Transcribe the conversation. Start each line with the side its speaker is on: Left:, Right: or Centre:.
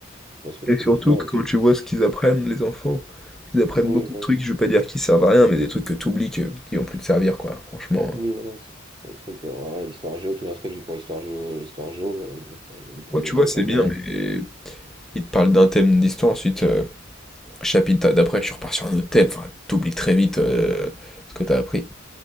Right: parce que
Centre: Et
Right: tu
Centre: surtout
Right: fais du sport,
Centre: que
Right: et
Centre: quand
Right: puis,
Centre: tu vois ce qu'ils apprennent, les enfants, ils apprennent
Right: oui,
Centre: beaucoup
Right: voilà.
Centre: de trucs, je veux pas dire qu'ils servent à rien, mais des trucs que t'oublies que, qui vont plus te servir, quoi. Franchement.
Right: Oui, voilà, c'est c'est des trucs, euh, voilà, histoire géo, tout l'aspect que j'ai pour histoire géo, l'histoire géo, euh, bon, c'est- ou pour
Centre: Ouais, tu
Right: des trucs
Centre: vois, c'est
Right: en
Centre: bien,
Right: maths.
Centre: mais ils te parlent d'un thème d'histoire, ensuite, euh, chapitre d'après, tu repars sur un autre thème. Enfin, t'oublies très vite euh,
Right: Oui,
Centre: ce que t'as appris.